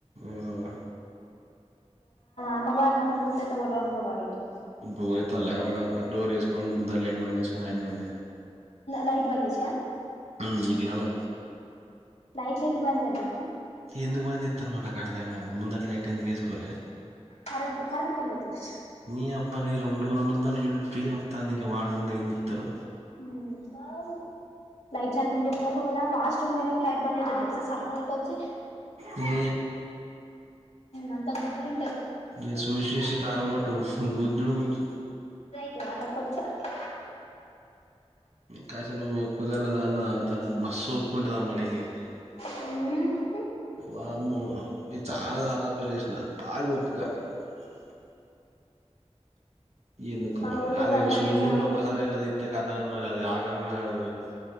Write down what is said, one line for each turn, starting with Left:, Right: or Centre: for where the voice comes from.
Right: ఉమ్
Left: అమ్మవారి మొహం చుత్తా ఏటా పోతావ్ ఇంటికే
Right: ఇం పోయి తల్ల కూడా డోర్ వేసుకని ముందర లైట్ బంద్ చేసుకొని అవన్నీ ఉండేయి
Left: లైట్ బంద్ చేసా
Right: ఉమ్ ఇంట్లోనే
Left: లైట్లు ఎందుకు బంద్ చేయాలి చెప్పు
Right: అసలు అలా అర్థం కాదు ముందటి లైట్ ఎందుకు వేసుకోరే
Left: కరెంట్ కరెంట్ బిల్ అవుతది
Right: మీ అబ్బారి రెండో రెండు వందల యూనిట్ ఫ్రీ వస్తాంది ఇంకా వాడకుండా ఎంపికుతారు
Left: హ్మ్ లైట్ ఒకవేళ కాస్ట్ రూమ్ అయినా లైట్ బతు తెలుసా సర్వకోచి
Right: నీ
Left: అంత గుగులు
Right: ఏ చూసి చూసి కారం కొట్టు గూదుడు గుదుడు
Left: ఏకపో సార్కి
Right: కాస నువ్వు ఒప్పుకోగల దాన్న అవుతాను మస్ ఒప్పుకుంటది అమ్మ నీకైతే
Left: హ
Right: వామ్మో నేను చాలా సార్లు అబ్జర్వ్ చేసిన బాగా <inaudible> ఈ ఎందుకో
Left: మా
Right: మరి
Left: ఊళ్ళు
Right: అదే
Left: కూడా
Right: శు
Left: అంటారు
Right: ఉండి
Left: చాలా
Right: ఒక్కసారి
Left: మంది
Right: అది ఇంత కత మరి అది ఆగం కూడా <inaudible>